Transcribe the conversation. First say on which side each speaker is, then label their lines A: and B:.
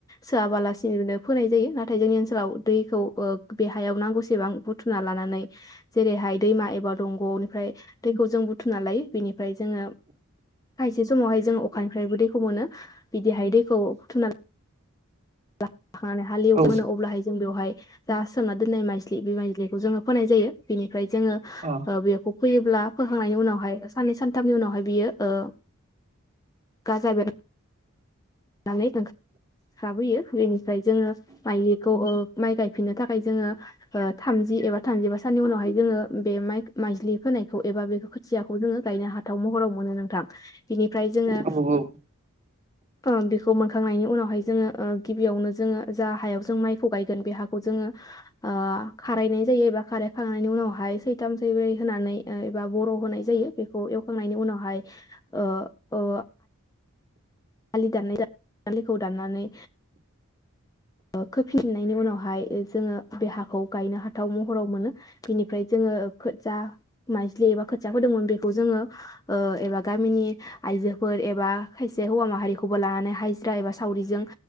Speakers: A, on the left (about 15°); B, on the right (about 30°).
A: सोआबालासिनोबो फोनाय जायो नाथाय जोंनि ओनसोलाव दैखौ ओ बे हायाव नांगौसेबां बुथुमना लानानै जेरैहाय दैमा एबा दंग'निफ्राय दैखौ जों बुथुमना लायो बिनि फ्राय जोङो खाय से समावहाय जों अखानिफ्रायबो दैखौ मोनो बिदिहाय दैखौ बुथुम <unintelligible> लाखांनानै हाल एव
B: औ
A: मोनो अब्लाहाय जों बेवहाय जा सोमना दोननाय माइस्लि बे माइज्लिखौ जोङो फोनाय जायो बेनि फ्राय जोङो
B: अ
A: ओ बेखौ फैयोब्ला फोखांनायनि उनावहाय साननै सान थामनि उनावहाय बियो ओ गाजा बेर नानै ओंखारबोयो बेनिफ्राय जोङो माइखौ ओ माइ गायफिननो थाखाय जोङो ओ थामजि एबा थामजिबा साननि उनावहाय जोङो बे माइ माइज्लि फोनायखौ एबा बे खोथियाखौ जोङो गायनो हाथाव महराव मोनो नोंथां बिनि फ्राय जोङो
B: औ
A: ओ बेखौ मोनखांनायनि उनावहाय जोङो ओ गिबियावनो जोङो जा हायाव जों माइखौ गायगोन बे हाखौ जोङो ओ खारायनाय जायो एबा खारायखांनायनि उनावहाय सैथाम सैब्रै होनानै ओ एबा बर' होनाय जायो बेखौ एवखांनायनि उनावहाय ओ ओ आलि दाननाय आलिखौ दाननानै ओ खोफिननायनि उनावहाय जोङो बे हाखौ गायनो हाथाव महराव मोनो बेनिफ्राय जोङो जा माइज्लि एबा खोथिया फोदोंमोन बेखौ जोङो ओ एबा गामिनि आइजोफोर एबा खायसे हौवा माहारिखौबो लानानै हाजिरा एबा सावरिजों